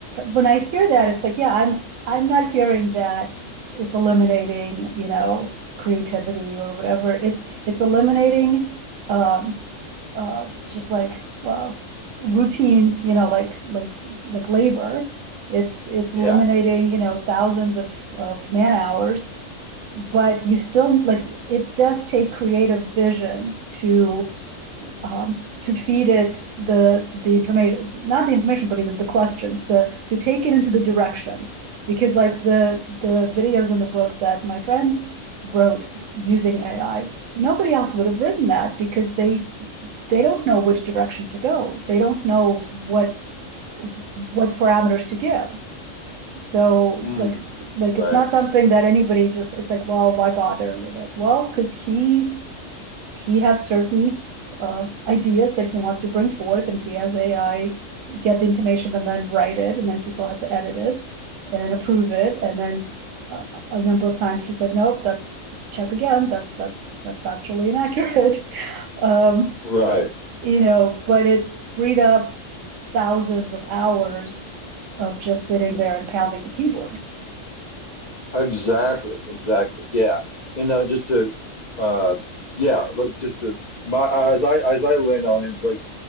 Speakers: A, on the right (about 75°); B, on the left (about 45°).
A: when I hear that, it's like, yeah, I'm I'm not hearing that it's eliminating, you know, creativity or whatever. It's it's eliminating um uh just like uh routine, you know, like like like labor. It's it's
B: yeah,
A: eliminating, you know, thousands of of man hours, but you still like it does take creative vision to um, to feed it the the information, not the information, but even the questions, the to take it into the direction. Because like the the videos and the books that my friend wrote using AI, nobody else would have written that because they they don't know which direction to go. They don't know what what parameters to give. So
B: Mm.
A: like like
B: right,
A: it's not something that anybody just it's like, well, why bother with it? Well, because he he has certain uh, ideas that he wants to bring forth, and he has AI get the information and then write it, and then he still has to edit it and approve it, and then uh, a number of times he said, "Nope, that's check again. That that's that's factually inaccurate." <laughs> um,
B: right.
A: you know, but it freed up thousands of hours of just sitting there and pounding the keyboard.
B: Exactly, exactly. Yeah. And uh, just to uh yeah, like just to my as I as I land on it, it's like